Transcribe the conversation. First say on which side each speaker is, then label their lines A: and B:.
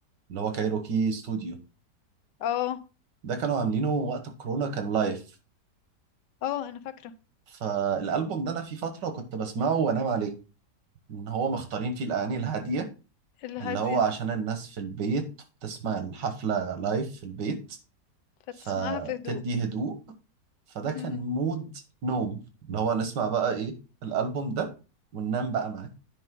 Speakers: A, on the right; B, on the left.
A: اللي هو كايروكي ستوديو
B: اه
A: ده كانوا عاملينه وقت الكورونا كان لايف
B: اه انا فاكرة
A: فالالبوم ده انا في فتره كنت بسمعه وانام عليه ان هو مختارين فيه الاغاني الهاديه
B: الهادية
A: اللي هو عشان الناس في البيت بتسمع الحفلة لايف في البيت
B: فتسمعها
A: فبتدي
B: في هدوء
A: هدوء فده
B: <laughs>
A: كان مود نوم اللي هو نسمع بقى ايه الألبوم ده وننام بقى معاه